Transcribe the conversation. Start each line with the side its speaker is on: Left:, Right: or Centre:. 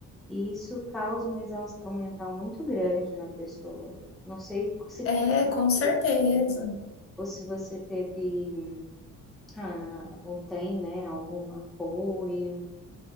Centre: E isso causa uma exaustão mental muito grande na pessoa. Não sei se
Left: É,
Centre: comigo
Left: com certeza.
Centre: assim, ou se você teve, ah, ou tem, né, algum apoio.